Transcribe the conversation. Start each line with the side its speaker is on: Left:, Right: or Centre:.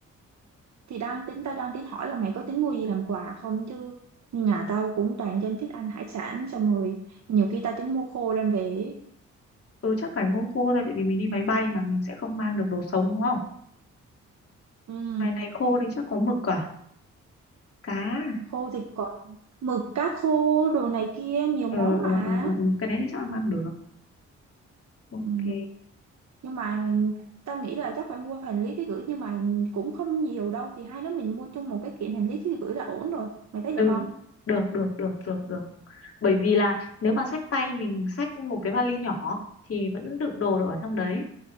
Right: thì đang tính tao đang tính hỏi là mày có tính mua gì làm quà không chứ nhà tao cũng toàn dân thích ăn hải sản xong rồi nhiều khi tao tính mua khô đem về. ấy.
Left: ừ chắc phải mua khô thôi tại vì mình đi máy bay mà mình sẽ không mang được đồ sống đúng không
Right: Ừ,
Left: ngoài này khô đây chắc có mực à cá
Right: khô thì còn mực cá khô đồ này kia nhiều
Left: ờ
Right: món
Left: ờ
Right: mà.
Left: ờ ờ ờ, cái đấy chắc là mang được ok
Right: Ừ. nhưng mà tao nghĩ là chắc phải mua hành lý ký gửi nhưng mà cũng không nhiều đâu thì hai đứa mình mua chung một cái kiện hành lý ký gửi là ổn rồi mày thấy được
Left: ừ
Right: không
Left: được được được được được bởi vì là nếu mà xách tay mình xách một cái vali nhỏ thì vẫn đựng đồ được ở trong đấy